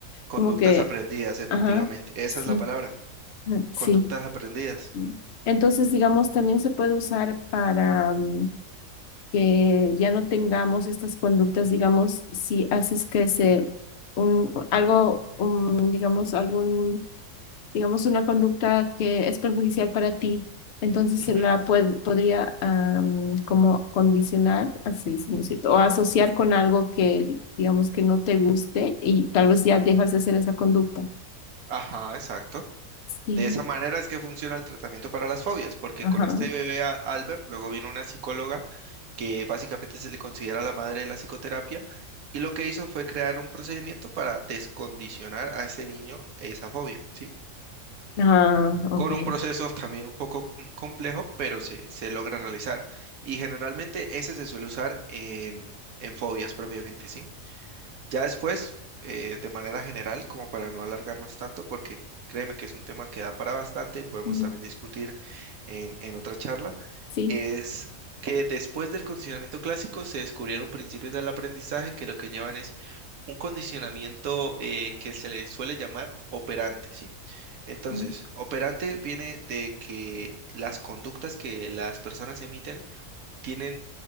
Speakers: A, on the right (about 80°); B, on the left (about 60°).
A: Conductas
B: como que,
A: aprendidas, efectivamente.
B: ajá,
A: Esa
B: sí,
A: es la palabra.
B: mm, sí.
A: Conductas aprendidas.
B: Sí. Entonces, digamos, también se puede usar para mm, que ya no tengamos estas conductas, digamos, si haces que se, un, algo, un, digamos, algún, digamos, una conducta que es perjudicial para ti, entonces
A: Ujú.
B: se la puede, podría am, como condicionar, así se me siento, o asociar con algo que, digamos, que no te guste y tal vez ya dejas de hacer esa conducta.
A: Ajá, exacto.
B: Sí,
A: De esa manera es que funciona el tratamiento para las fobias, porque
B: ajá.
A: con este bebé a- Albert, luego vino una psicóloga que básicamente se le considera la madre de la psicoterapia, y lo que hizo fue crear un procedimiento para descondicionar a ese niño esa fobia, ¿sí?
B: Ah, ok.
A: Con un proceso también un poco com- complejo, pero se, se logra realizar. Y generalmente ese se suele usar en, en fobias propiamente, ¿sí? Ya después, eh, de manera general, como para no alargarnos tanto, porque créeme que es un tema que da para bastante y podemos
B: Mm,
A: también discutir en, en otra charla,
B: Sí.
A: es que después del condicionamiento clásico se descubrieron principios del aprendizaje que lo que llevan es un condicionamiento eh, que se le suele llamar operante, ¿sí? Entonces,
B: Mm.
A: operante viene de que las conductas que las personas emiten tienen